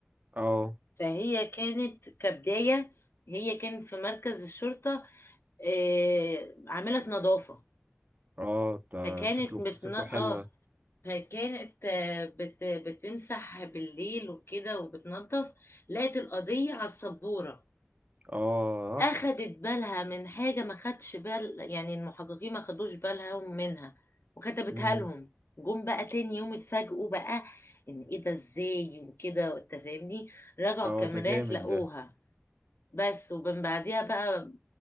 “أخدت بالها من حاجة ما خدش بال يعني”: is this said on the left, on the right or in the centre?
Left